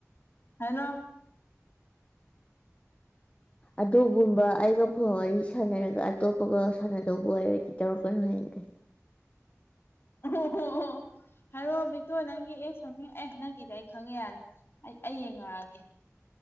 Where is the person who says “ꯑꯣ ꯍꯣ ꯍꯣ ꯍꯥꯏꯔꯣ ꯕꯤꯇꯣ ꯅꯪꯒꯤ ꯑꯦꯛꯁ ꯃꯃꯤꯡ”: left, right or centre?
Left